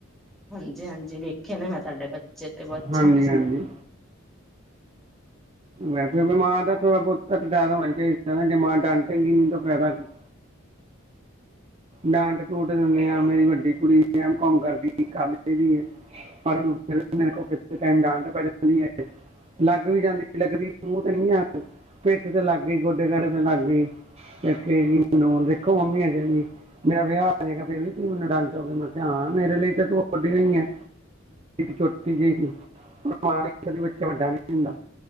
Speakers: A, in the centre; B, on the right.
A: ਹਾਂ ਜੀ ਹਾਂ ਜੀ ਵੇਖੇ ਨੇ ਮੈਂ ਤੁਹਾਡੇ ਬੱਚੇ ਤੇ ਬ ਅੱਛੇ
B: ਹਾਂਜੀ
A: ਨੇ।
B: ਹਾਂਜੀ ਮੈਂ ਫਿਰ ਮਾਂ ਦਾ ਥੋੜ੍ਹਾ ਬਹੁਤਾ ਤਾਂ ਡਰ ਹੋਣਾ ਚਾਹੀਦਾ ਨਾ । ਜੇ ਮਾਂ ਡਾਟੇਗੀ ਨੀ ਤਾਂ ਫਾਇਦਾ ਕੀ ਹੈ। ਡਾਂਟ ਡੂਟ ਦਿੰਦੇ ਹਾਂ। ਮੇਰੀ ਵੱਡੀ ਕੁੜੀ ਐਮ ਕੌਮ ਕਰਦੀ ਹੈ ।ਪਰ ਮੇਰੇ ਕੋਲ ਡਾਂਟ ਪੈਦੀ। ਲੱਗ ਵੀ ਜਾਂਦੀ। ਲੱਗਦੀ ਮੂੰਹ ਤੇ ਨੀ ਆ ਪਿੱਠ ਤੇ ਲੱਗ ਗਈ ਗੋਡੇ ਗੜੇ ਤੇ ਲੱਗ ਗਈ ਹੈ। ਫਿਰ ਕਹੇਗੀ ਮੈਨੂੰ ਦੇਖੋ ਮੰਮੀ ਹੈ। ਦੇਣੀ। ਮੇਰਾ ਵਿਆਹ ਹੋ ਜਾਏਗਾ ਫੇਰ ਵੀ ਤੁਸੀ ਮੈਨੂੰ ਦਾਂਟੋਗੇ ਮੇਰੇ ਲਈ ਤੇ ਤੂੰ ਓਡੀ ਹੋਈ ਛੋਟੀ ਜਿਹੀ । ਬੱਚਾ ਵੱਡਾ ਨ ।